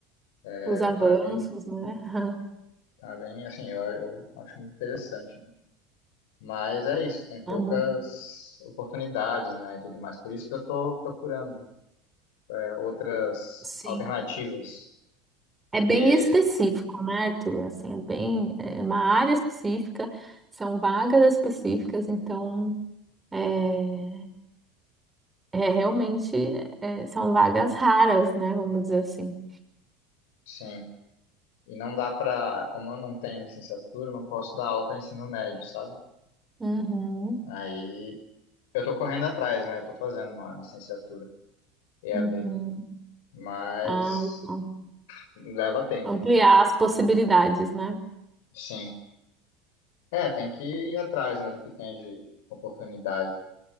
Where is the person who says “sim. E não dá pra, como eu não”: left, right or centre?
Left